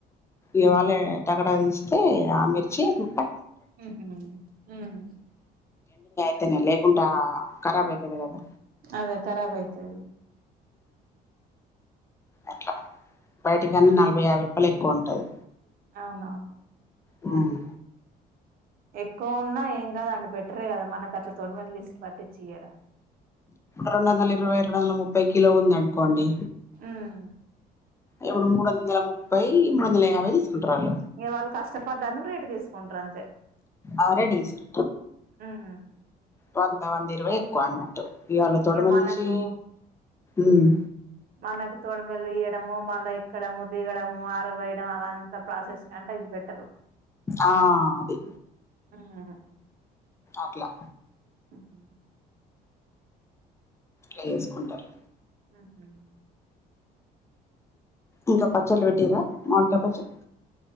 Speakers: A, on the left; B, on the right.
A: ఇవాళే టకటక తీస్తే ఆమిర్ చేపు
B: ఉహూ మ్
A: టేనే లేకుంటే ఆ ఖరాబైతది కదా
B: అదే కరాబైతది
A: అట్లా బయటి
B: ఉహు
A: కాన్నా నలభై యాభై రూపాయలు ఎక్కువ ఉంటాది
B: అవునవును
A: ఉమ్
B: ఎక్కువ ఉన్నా ఏం కాదండి బెటరే కదా మనకట్లా తొడుమలు తీసి పట్టిచ్చియ్యడం
A: రెండోందలిరవై రెండోందల ముప్పై కిలో ఉందనుకోండి
B: ఉమ్
A: ఇప్పుడు మూడొందలము పై మూడోందలయాభై తీసుకుంటారాళ్ళు
B: ఇంక వాళ్ళు కష్టపడ్డందుకు రేటు తీసుకుంటరంతే
A: ఆరడేస్టు
B: మ్మ్
A: వంద వందిరవై ఎక్కువన్నట్టు ఇయ్యాల తోడమల్
B: మనకు
A: తీషి మ్మ్
B: మనకు తొడుమలు తియ్యడయు మ మల్లా ఎక్కడం దిగడం ఆరబోయడం అవంతా ప్రాసెస్ కంటే ఇది బెటర్
A: ఆ అది
B: ఉమ్
A: అట్లా అట్లా
B: ఊహూ
A: ట్లేసుకుంటారు
B: ఊహూ
A: ఇంకా పచ్చళ్ళు పెట్టిర్రా మావిడికాయ్ పచ్చళ్ళు